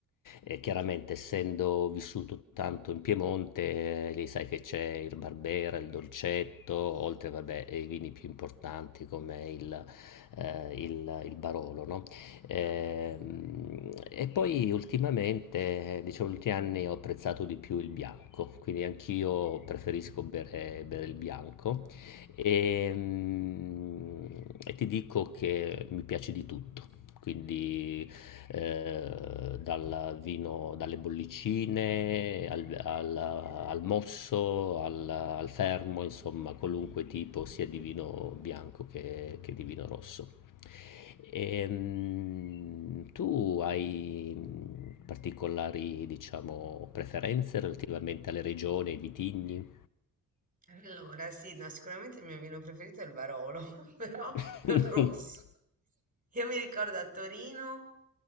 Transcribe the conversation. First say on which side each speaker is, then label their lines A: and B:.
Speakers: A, on the left; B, on the right.
A: e chiaramente,
B: Anch'io.
A: essendo vissuto tanto in Piemonte, eh, lì sai che c'è il Barbera, il Dolcetto, oltre vabbè, ai vini più importanti come il, eh, il- il Barolo, no? Ehm,
B: Mamma mia.
A: E, poi ultimamente, eh, diciamo, negli ultimi anni ho apprezzato di più il bianco, quindi anch'io preferisco bere, bere il bianco. Ehm, E, ti dico che mi piace di tutto. Quindi eh, dal vino, dalle bollicine al, al- al mosso, al, al fermo, insomma, qualunque tipo sia di vino bianco che, che di vino rosso. Ehm, tu hai particolari, diciamo, preferenze relativamente alle regioni, ai vitigni?
B: Allora, sì, no, sicuramente il mio vino preferito è il Barolo, <laughs> però
A: <laughs>
B: è un rosso. Io mi ricordo a Torino,